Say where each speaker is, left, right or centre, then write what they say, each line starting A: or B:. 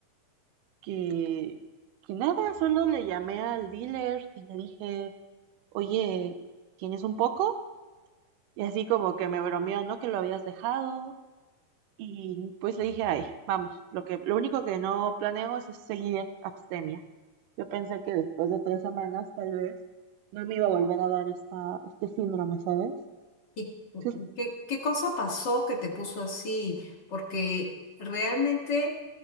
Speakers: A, on the right; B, on the left.
A: que... Que nada, solo le llamé al dealer y le dije... oye, ¿tienes un poco? Y así como que me bromeó, ¿no? Que lo habías dejado. Y pues le dije, ay, vamos, lo que, lo único que no planeo es seguir abstemia. Yo pensé que después de tres semanas, tal vez, no me iba a volver a dar esta, este síndrome, ¿sabes?
B: ¿Y
A: Sí,
B: qué, qué cosa pasó que te puso así? Porque realmente